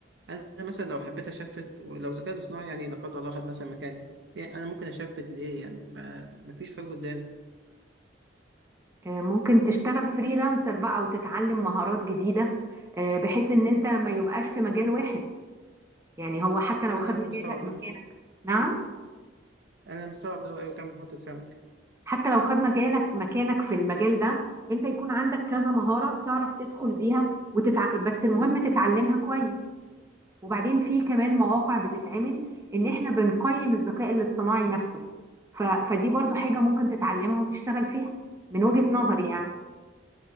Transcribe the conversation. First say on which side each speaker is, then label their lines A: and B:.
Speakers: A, on the right (about 65°); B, on the right (about 15°).
A: انا مثلا لو حبيت اشفت ولو الذكاء الاصطناعي يعني لا قدر الله خد مثلا مكاني يعني انا ممكن اشفت لايه يعني ما مفيش خير قدامي
B: آه ممكن تشتغل فريلانسر بقى وتتعلم مهارات جديدة آه بحيث ان انت ما يبقاش في مجال واحد يعني هو حتى لو
A: انا
B: خد مجال
A: مستوعب
B: لا مكانك
A: ده
B: نعم
A: انا مستوعب ده وايوه كمل حط سمك
B: حتى لو خد مجالك مكانك في المجال ده انت يكون عندك كذا مهارة تعرف تدخل بيها وتتع... بس المهم تتعلمها كويس وبعدين في كمان مواقع بتتعمل ان احنا بنقيم الذكاء الاصطناعي نفسه ف... فدي برضو حاجة ممكن تتعلمها وتشتغل فيها من وجهة نظري يعني